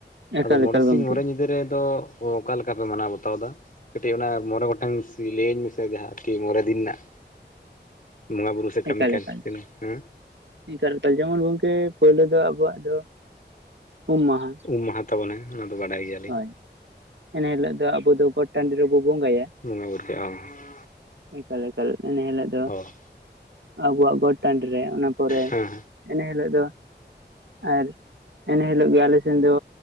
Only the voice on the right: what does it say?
ᱮᱠᱟᱞ
ᱮᱠᱟᱞ
ᱜᱚᱝᱠᱮ
ᱮᱠᱟᱞ
ᱮᱠᱟᱞ
ᱱᱮᱛᱟᱨ ᱱᱮᱛᱟᱨ ᱡᱮᱢᱚᱱ ᱜᱚᱝᱠᱮ ᱯᱳᱭᱞᱳ ᱫᱚ ᱟᱵᱚᱣᱟᱜ ᱫᱚ ᱩᱢ ᱢᱟᱦᱟ
ᱦᱳᱭ
ᱮᱱ ᱦᱤᱞᱳᱜ ᱫᱚ ᱟᱵᱚ ᱫᱚ ᱜᱚᱴ ᱴᱟᱺᱰᱤ ᱨᱮᱵᱚ ᱵᱚᱸᱜᱟᱼᱭᱟ᱾
<unintelligible> ᱮᱠᱟᱞ ᱮᱠᱟᱞ ᱤᱱᱟ ᱦᱤᱞᱳᱜ ᱫᱚ
ᱟᱵᱚᱣᱼᱟᱜ ᱜᱚᱴ ᱴᱟᱺᱰᱤ ᱨᱮ ᱚᱱᱟ ᱯᱚᱨᱮ <unintelligible>
ᱤᱱᱟᱹ ᱦᱤᱞᱳᱜ ᱫᱚ <unintelligible> ᱟᱨ ᱮᱱ ᱦᱤᱞᱳᱜ ᱜᱮ ᱟᱞᱮ ᱥᱮᱱ ᱫᱚ